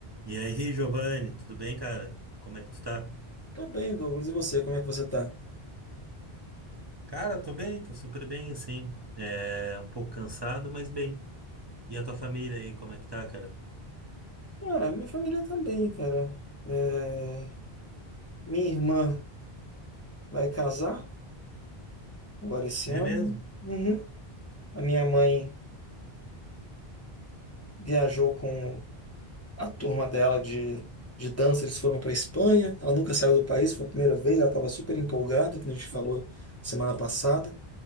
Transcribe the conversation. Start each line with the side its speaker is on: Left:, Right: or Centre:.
Right: E aí, Giovanni, tudo bem, cara? Como é que tu tá?
Left: Tô bem, Douglas. E você, como é que você tá?
Right: Cara, tô bem, tô super bem, assim. É um pouco cansado, mas bem. E a tua família aí, como é que tá, cara?
Left: Ah, minha família também, cara. É, minha irmã vai casar agora esse
Right: É
Left: ano.
Right: mesmo?
Left: Uhum. A minha mãe viajou com a turma dela de, de dança, eles foram para Espanha. Ela nunca saiu do país, foi a primeira vez, ela estava super empolgada, como a gente falou semana passada.